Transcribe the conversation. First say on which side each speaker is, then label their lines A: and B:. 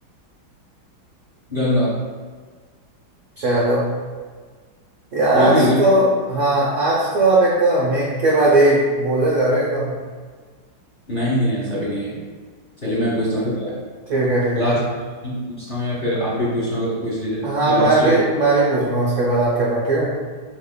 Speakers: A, on the left; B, on the right.
A: गंगा
B: चलो ये आज
A: ये तो इजी
B: तो हाँ आज तो आप एकदम एक के बाद एक बोले जा रहे हो एकदम
A: नहीं नहीं ऐसा भी नहीं है चलिए मैं पूछता हूँ ठीक है
B: ठीक है ठीक
A: लास्ट
B: है ठीक है
A: पूछता हूँ या फिर आप भी पूछना होगा तो पूछ लीजिए
B: हाँ
A: क्या लास्ट
B: मैं भी
A: है
B: मैं भी पूछूंगा उसके बाद आपके पास ठीक है